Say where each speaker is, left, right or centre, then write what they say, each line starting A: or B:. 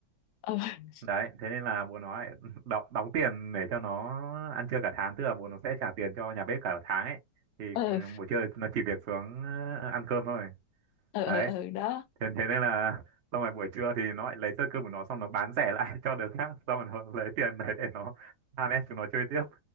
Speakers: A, on the left (about 75°); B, on the right (about 50°).
A: ờ, <laughs>
B: đấy thế nên là bố nó lại <laughs> đóng, đóng tiền để cho nó ăn trưa cả tháng tức là bố nó sẽ trả tiền cho nhà bếp cả tháng ấy thì
A: ờ,
B: ừ, buổi trưa nó chỉ việc xuống ờ, ăn cơm thôi
A: ờ ừ,
B: đấy
A: ừ, đó.
B: thế, thế nên là <laughs> xong rồi buổi trưa thì nó lại lấy sơ cơm của nó xong nó bán rẻ lại <laughs> cho đứa khác xong rồi nó <laughs> lấy tiền đấy để nó <laughs> than ép chúng nó chơi tiếp